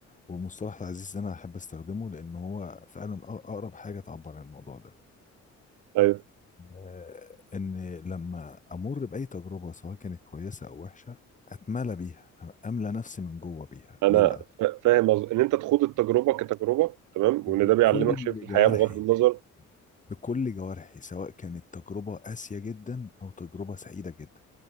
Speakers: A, on the left; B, on the right.
A: ومصطلح تعزيز ده انا احب استخدمه لان هو فعلا أق- اقرب حاجه تعبر عن الموضوع ده
B: طيب
A: آه، ان لما امر باي تجربه سواء كانت كويسه او وحشه اتملى بيها املى نفسي من جوه بيها
B: انا
A: ليه بقى
B: فا- فاهم أز... ان انت تخوض التجربه كتجربه تمام
A: بكل
B: وان ده بيعلمك
A: مم.
B: شيء في الحياه
A: جوارحي
B: بغض النظر
A: بكل جوارحي سواء كانت تجربه قاسيه جدا او تجربه سعيده جدا